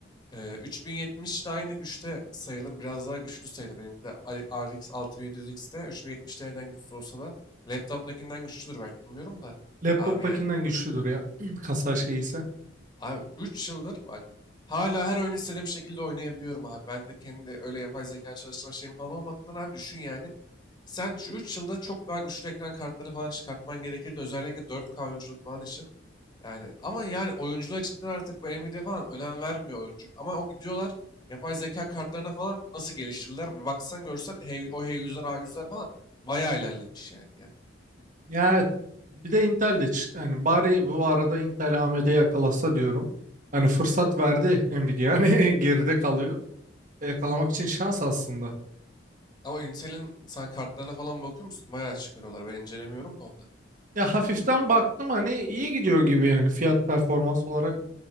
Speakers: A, on the left (about 25°); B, on the right (about 45°).
A: e, 3070 de aynı güçte sayılır. Biraz daha güçlü sayılır. Benimki de A- RX 6700X'te 3070 Ti'den güçsüz olsa da laptop'takinden güçlüdür belki bilmiyorum da.
B: <laughs> Laptoptakinden
A: Abi yani.
B: güçlüdür ya. <clears throat> Kasa şeyi ise.
A: Abi 3 yıldır bak hala her oyun istediğim şekilde oynayabiliyorum abi. Ben de kendi öyle yapay zeka çalıştırma şeyim falan olmadığından abi düşün yani. Sen şu 3 yılda çok daha güçlü ekran kartları falan çıkartman gerekirdi. Özellikle dört k oyunculuk falan için. Yani ama yani oyunculuğa cidden artık bu Nvidia falan önem vermiyor oyuncu. Ama o gidiyorlar yapay zeka kartlarına falan nasıl geliştirdiler. Bir baksan görsen H- o h yüzler a yüzler falan bayağı ilerlemiş yani ya.
B: Ya evet. Bir de Intel de çı- hani bari bu arada Intel AMD yakalasa diyorum. Hani fırsat verdi Nvidia. <laughs> Hani geride kalıyor. Yakalamak için şans aslında.
A: Ama Intel'in sen kartlarına falan bakıyor musun? Bayağı çıkarıyorlar. Ben incelemiyorum da onları.
B: Ya hafiften baktım hani iyi gidiyor gibi yani fiyat performans olarak